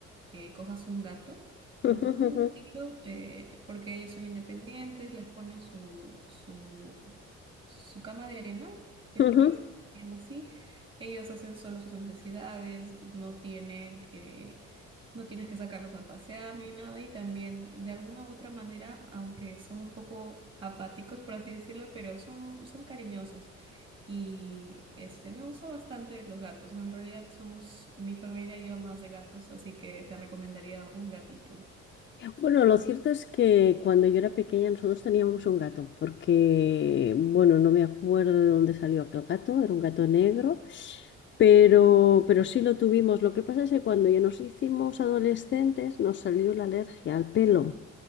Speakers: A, on the right; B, on the left.
A: eh, cojas un gato,
B: ujú,
A: un,
B: ujú,
A: un gatito, eh, porque ellos son independientes, les pones su, su, su cama de arena, que
B: ujú.
A: creo que se llama así. Ellos hacen solo sus necesidades, no tienen, eh, no tienes que sacarlos a pasear ni nada. Y también, de alguna u otra manera, aunque son un poco apáticos, por así decirlo, pero son, son cariñosos. Y este me gusta bastante los gatos. En realidad somos mi familia y yo más de gatos, así que te recomendaría un gatito.
B: Bueno, lo cierto es que cuando yo era pequeña nosotros teníamos un gato, porque, bueno, no me acuerdo de dónde salió aquel gato, era un gato negro, pero, pero sí lo tuvimos. Lo que pasa es que cuando ya nos hicimos adolescentes nos salió la alergia al pelo